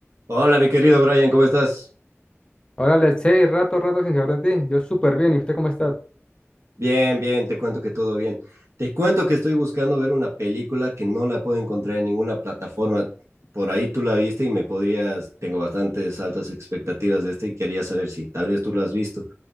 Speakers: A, on the right (about 70°); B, on the left (about 20°).
A: Hola, mi querido Brian, ¿cómo estás?
B: Hola, let's say, rato, rato sin saber de ti. Yo súper bien. ¿Y usted cómo está?
A: Bien, bien, te cuento que todo bien. Te cuento que estoy buscando ver una película que no la puedo encontrar en ninguna plataforma. Por ahí tú la viste y me podrías, tengo bastantes altas expectativas de esta y quería saber si tal vez tú la has visto.